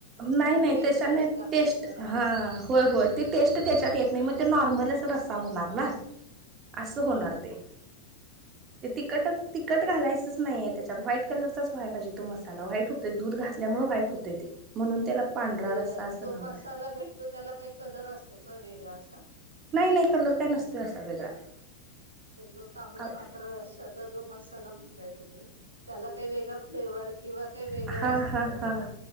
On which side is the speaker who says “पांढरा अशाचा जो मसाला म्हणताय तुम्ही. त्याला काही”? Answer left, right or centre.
Right